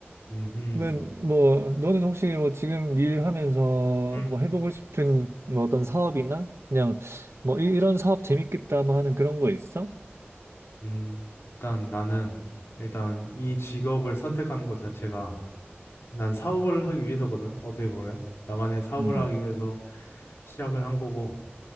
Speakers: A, on the left (about 75°); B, on the right (about 80°).
A: 음,
B: 그러면 뭐 너는 혹시 뭐 지금 일하면서
A: 음,
B: 뭐 해보고 싶은 뭐 어떤 사업이나 그냥 뭐 이- 이런 사업 재밌겠다 뭐 하는 그런 거 있어?
A: 음, 일단 나는 일단 이 직업을 선택하는 것 자체가 난 사업을 하기 위해서거든, 어떻게 보면. 나만의 사업을
B: 음,
A: 하기 위해서 시작을 한 거고,